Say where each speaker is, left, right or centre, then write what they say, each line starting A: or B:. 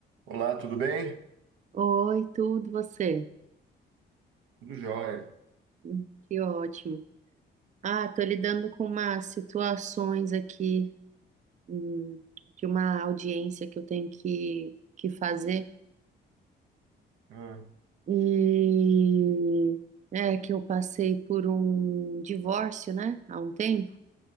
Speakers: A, on the right (about 85°); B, on the right (about 40°).
A: Olá, tudo bem?
B: Oi, tudo você?
A: Tudo jóia.
B: Hum, Que ótimo. Ah, tô lidando com umas situações aqui, hum, de uma audiência que eu tenho que, que fazer.
A: Ah,
B: E é que eu passei por um divórcio, né, há um tempo.